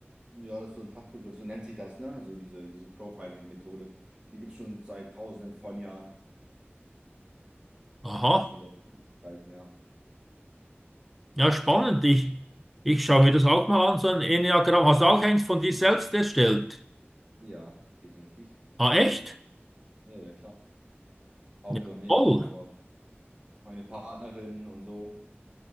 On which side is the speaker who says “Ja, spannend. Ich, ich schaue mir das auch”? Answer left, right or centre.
Centre